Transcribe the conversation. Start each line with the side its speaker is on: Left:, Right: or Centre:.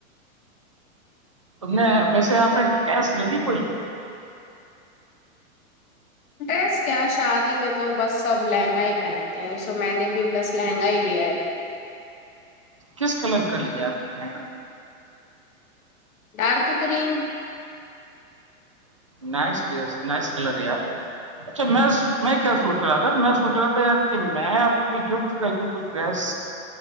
Right: تم
Left: ہوں
Right: نے ویسے آپ نے گیس لےینی کوئی
Left: ڈریس کیا شادی میں تو بس سب لہنگا ہی پہنتے ہیں سو میں نے بھی بس لہنگا ہی لیا ہے
Right: کس کلر کر لیا آپ نے لہنگا
Left: ڈارک گرین
Right: نائ نائس کلریا اچھا میں میں کیا سوچ رہا تھا میں سوچ رہا تھا یار کہ میں آپ کو کوئی گفٹ تو کہتیوں کوئی ڈریس